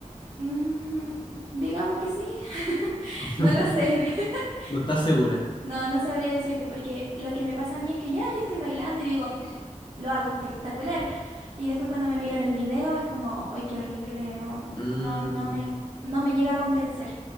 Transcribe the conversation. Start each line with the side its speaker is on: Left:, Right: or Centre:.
Right: ujú, digamos que sí, <laughs>
Left: <laughs>
Right: no lo sé, <laughs>
Left: No estás segura.
Right: no, no sabría decirte, porque lo que me pasa a mí es que ya yo estoy bailando y digo, "Mm, lo hago espectacular, y después cuando me miran el video es como, ay, qué horrible, no,
Left: Mm,
Right: no, no me, no me llega a convencer.